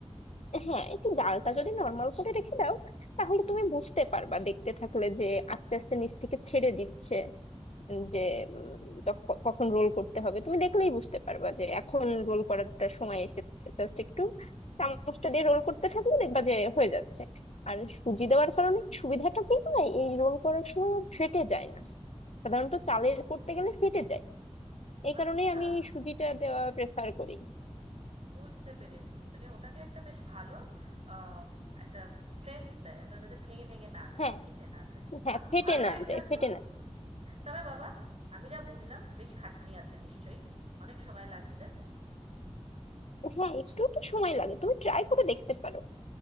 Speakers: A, on the left; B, on the right.
A: হ্যাঁ একটু জালটা যদি নর্মাল করে রেখে দাও তাহলে তুমি বুঝতে পারবা দেখতে থাকলে যে আস্তে আস্তে নিচ থেকে ছেড়ে দিচ্ছে যে উম, তখ- কখন রোল করতে হবে তুমি দেখলেই বুঝতে পারবা যে এখন
B: হুম
A: রোল করারটা সময় এসেছে জাস্ট একটু চামচটা দিয়ে রোল করতে থাকলে দেখবা যে হয়ে যাচ্ছে আর সুজি দেওয়ার কারণে সুবিধাটা কি হয় এই রোল করার সময় আর ফেটে যায় না সাধারণত
B: ও
A: চালের করতে গেলে ফেটে যায় এই
B: আচ্ছা
A: কারণেই আমি সুজিটা দেওয়া প্রেফার করি
B: বুঝতে পেরেছি মানে ওটাকে একটা বেশ ভালো আম, একটা স্ট্রেংথ দেয় ওটা যাতে ভেঙে ভেঙে না যায়
A: হ্যাঁ
B: বা ফেটে না যায়
A: হ্যাঁ
B: বাহ
A: ফেটে
B: ভালো
A: না
B: আইডিয়া
A: যায় ফেটে
B: তো
A: না যায়
B: তবে বাবা আমি যা বুঝলাম বেশ খাটনি আছে নিশ্চয়ই অনেক সময় লাগছে
A: হ্যাঁ একটু তো সময় লাগে তুমি ট্রাই করে দেখতে পারো